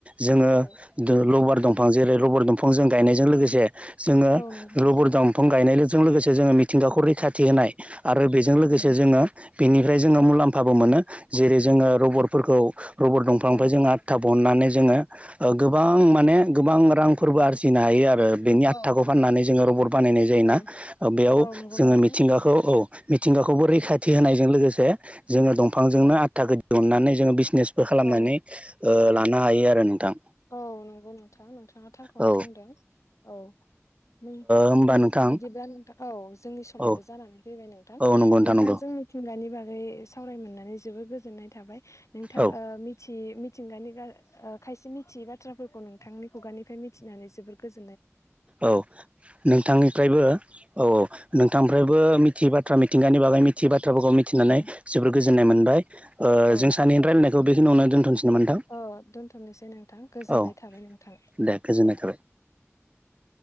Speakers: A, on the right; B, on the left.
A: जोङो
B: औ
A: दो लबार दंफां जेरै लबार दंफा जों गायनायजों लोगोसे जोङो
B: औ नंगौ नोंथां
A: रबर दंफां गायनाय जों लोगोसे जोङो मिथिंगाखौ रैखाथि होनाय आरो बेजों लोगोसे
B: औ
A: जोङो बेनिफ्राय जोङो मुलाम्फाबो मोनो जेरै जोङो रबरफोरखौ रबर दंफांनिफ्राय
B: औ
A: जोङो आदथा बहननानै जोङो ओ गोबां माने गोबां रांफोरबो आरजिनो हायो आरो ओ बेनि आटथाखौ
B: औ नंगौ
A: फाननानै जोङो रबर बानायनाय जायोना
B: औ
A: बेयाव
B: औ नंगौ
A: जोङो
B: नोंथां
A: मिथिंगाखौ औ मिथिंगाखौबो रैखाथि होनायजों लोगोसे जोङो दंफांजोंनो
B: औ
A: आदथाखो दहन्नानै जोङो बिजिनेसबो खालामनानै
B: औ
A: ओ लानो हायो आरो नोंथां
B: औ नंगौ नोंथां नोंथाङा थारखौनो
A: औ
B: बुंदों औ । नों
A: होमबा
B: नों
A: नोंथां
B: बिदिबा नोंथां औ। जोंनि समाबो
A: औ
B: जानानै फैबाय नोंथां
A: औ नंगौ
B: नोंथां
A: नंगौ
B: जोंनिथिं मानि बागै सावराय मोननानै जोबोर गोजोननाय थाबाय नोंथा
A: औ
B: ओ मिथि थिंगानि <unintelligible> खायसे मिथियै बाथ्राफोरखौ नोंथांनि खुगानिफ्राय मिथिनानै जोबोर गोजोन
A: औ नोंथांनिफ्रायबो औ औ नोंथांनिफ्रायबो मिथियै। थ्रा मिथिंगानि बागै मिथियै बाथ्राफोरखौ मिथिनानै
B: औ
A: जोबोर गोजोननाय मोनबाय ओ
B: औ
A: जों सानैनि रायलायनाय खौ बेखिनियावनो दोनथ'नोसै नामा नोंथां
B: औ दोनथ'नोसै नोंथां गोजोननाय
A: औ
B: थाबाय नोंथां औ
A: दे गोजोननाय
B: ।
A: थाबाय